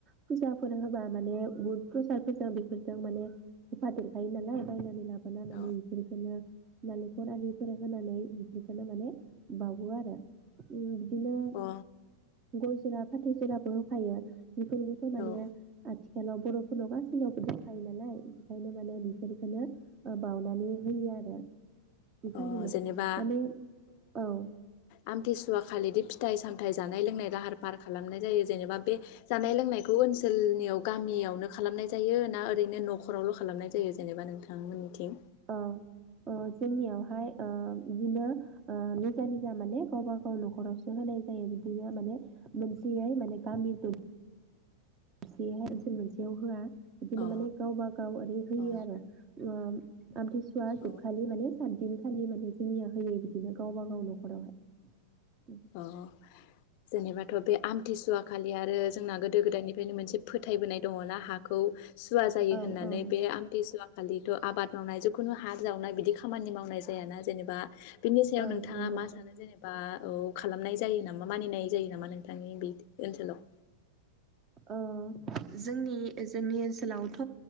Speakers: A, on the right; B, on the left.
A: फुजाफोर होबा माने बुद प्रसादफोरजों बेफोरजों माने होफादेर हायो नालाय बायनानै लाबोना माने
B: औ
A: इफोरखोनो नालेख'र आरिफोर होनानै बेखौनो माने बावो आरो उम बिदिनो।
B: अ
A: गय जरा फाथै जराबो होफायो बेफोरबोथ' माने
B: औ
A: आथिखालाव बर'फोरनाव गासैनावबो दोनखायो नालाय बेखायनो माने बेफोर बेखौनो ओ बावनानै होयो आरो। बिखालिनो
B: अ जेनेबा
A: माने औ।
B: आमथिसुवा खालिदि फिथाइ सामथाय जानाय लोंनाय लाहार फाहार खालामनाय जायो जेनेबा बे जानाय लोंनायखौ ओनसोलनियाव गामियावनो खालामनाय जायो ना, ओरैनो न'खरावल' खालामनाय जायो जेनेबा नोंथां? थांमोननिथिं
A: ओ ओ जोंनियावहाय ओ इदिनो ओ निजा निजा माने गावबा गाव न'खरावसो होनाय जायो बिदिनो माने मोनसेयै माने गामि दर सेहै ओनसोल मोनसेयाव होआ इदिनो
B: अ
A: माने गावबा गाव ओरै होयो
B: अ
A: आरो ओ आमथिसुवा जोबखालि
B: औ
A: माने सात दिनखालि माने जोंनिया होयो बिदिनो गावबा गाव न'खरावहाय। उम
B: अ जेनेबाथ' बे आमथिसुवा खालि आरो जोंना गोदो गोदायनिफ्रायनो मोनसे फोथायबोनाय दङ ना हाखौ। सुवा जायो
A: औ
B: होननानै
A: औ
B: बे आमथिसुवा खालिथ' आबाद मावनाय, जिखुनु हा जावनाय बिदि खामानि मावनाय जायाना जेनेबा बिनि सायाव
A: औ
B: नोंथाङा
A: नंगौ
B: मा सानो जेनेबा औ, खालामनाय जायो नामा? मानिनाय जायो नामा नोंथांनि बे ओनसोलाव।
A: ओ जोंनि जोंनि ओनसोलावथ'